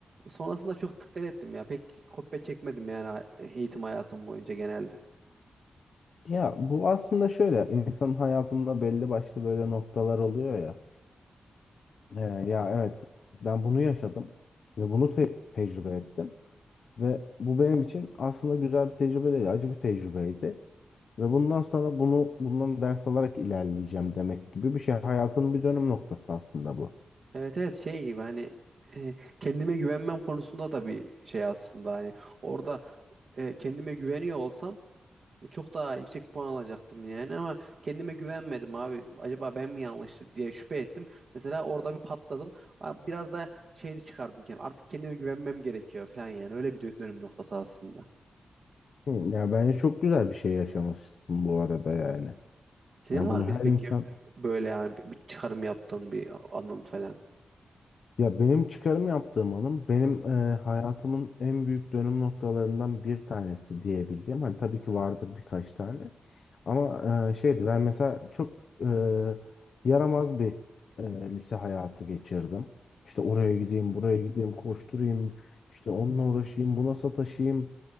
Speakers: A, on the right; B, on the left.
A: Sonrasında çok dikkat ettim ya. Pek kopya çekmedim yani eğitim hayatım boyunca genelde.
B: Ya bu aslında şöyle insanın hayatında belli başlı böyle noktalar oluyor ya. Ee, ya evet ben bunu yaşadım ve bunu te- tecrübe ettim. Ve bu benim için aslında güzel bir tecrübe değil, acı bir tecrübeydi. Ve bundan sonra bunu bundan ders alarak ilerleyeceğim demek gibi bir şey. Hayatının bir dönüm noktası aslında bu.
A: Evet evet şey gibi hani e, kendime güvenmem konusunda da bir şey aslında. Hani orada e, kendime güveniyor olsam çok daha yüksek puan alacaktım yani ama kendime güvenmedim abi. Acaba ben mi yanlış diye şüphe ettim. Mesela orada bir patladım. Abi Biraz da şey de çıkardım kendim. Artık kendime güvenmem gerekiyor falan yani. Öyle bir dö- dönüm noktası aslında.
B: Hı, ya bence çok güzel bir şey yaşamışsın bu arada yani.
A: Senin
B: Yani
A: var
B: bunu
A: mıydı
B: her
A: peki
B: insan
A: böyle yani bir bir çıkarım yaptığın bir anın falan?
B: ya benim çıkarım yaptığım hanım benim e, hayatımın en büyük dönüm noktalarından bir tanesi diyebileceğim. Hani tabii ki vardır birkaç tane. Ama e, şeydi ben mesela çok e, yaramaz bir e, lise hayatı geçirdim. İşte oraya gideyim, buraya gideyim, koşturayım, işte onunla uğraşayım, buna sataşayım.